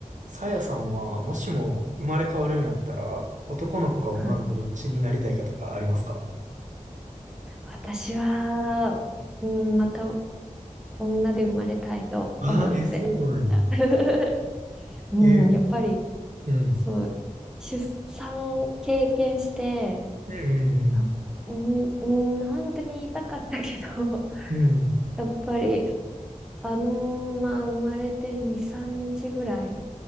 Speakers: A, on the right; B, in the centre.
A: さやさんは、もしも生まれ変わるんやったら、男の子か女の子どっちになりたいかとかありますか
B: はい。私は、うん、また女で生まれたいと思って。
A: あえ、そうなんや。
B: <laughs> うん、
A: え、
B: やっぱり、
A: うん。
B: そう、出産を経験して、
A: うん
B: あ、うん、うん、本当に痛かったけど、
A: うんうん。
B: <laughs> やっぱり、あのーまあ、生まれて2、3日ぐらい